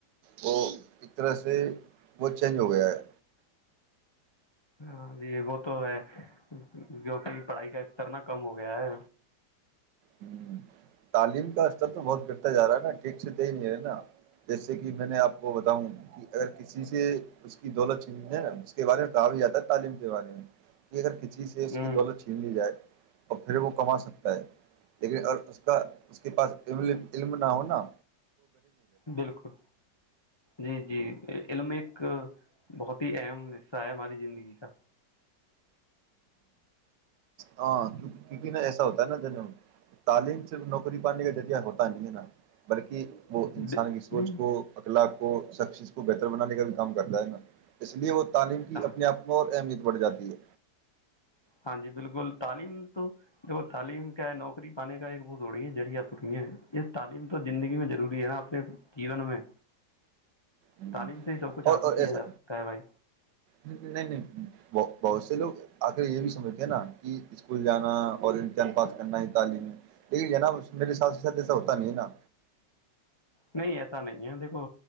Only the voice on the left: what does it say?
ہاں جی وہ تو ہے جو کہ پڑھائی کا استرنا کم ہو گیا ہے
ہوں
بالکل جی جی علم ایک بہت ہی ام حصہ ہے ہماری زندگی کا
ب-
نہیں
ہاں
ہاں جی بالکل تعلیم تو دیکھو تعلیم کیا ہے نوکری پانے کا ایک بوتڑی ہے جرییا ٹٹں ہیں یہ تعلیم تو زندگی میں ضروری ہے نا اپنے جیون میں
تعلیم سے ہی سب کچھ حاصل
کیا
جا سکتا ہے بھائی
نہیں ایسا نہیں ہے دیکھو